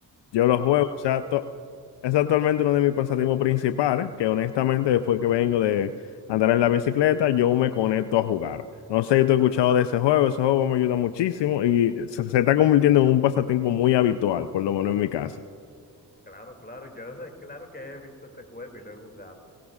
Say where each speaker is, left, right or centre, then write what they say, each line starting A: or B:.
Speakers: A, on the left; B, on the left.
A: Yo los juego,
B: ¿no?
A: o sea,
B: <laughs>
A: to- es actualmente uno de mis pasatiempos principales, que honestamente después que vengo de andar en la bicicleta, yo me conecto a jugar. No sé si tú has escuchado de ese juego, ese juego me ayuda muchísimo y se, se está convirtiendo en un pasatiempo muy habitual, por lo menos en mi caso.
B: Claro, claro, yo es claro que he visto ese juego y lo he jugado.